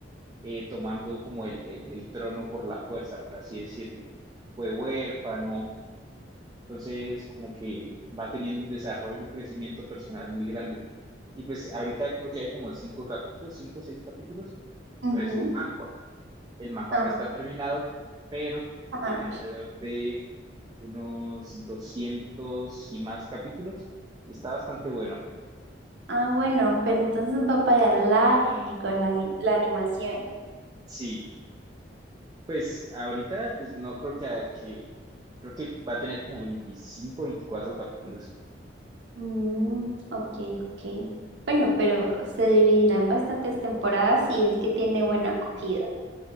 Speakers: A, on the right; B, on the right.
A: eh, tomando como el, el- el trono por la fuerza, por así decirlo. Fue huérfano, entonces como que va teniendo un desarrollo, un crecimiento personal muy grande. Y pues ahorita creo que hay como cinco capítulos, cinco o seis capítulos,
B: ujú.
A: pero es un manga. El Majua
B: Ah,
A: no está terminado, pero tiene
B: ah,
A: alrededor de unos 200 y más capítulos y está bastante bueno.
B: ah, bueno, pero entonces va a parar largo la, mi- la animación.
A: Sí, pues ahorita pues no creo que, a- que creo que va a tener como 25, 24 capítulos.
B: Mm, ok, ok. Bueno, pero se dividirá en bastantes temporadas si es que tiene buena acogida.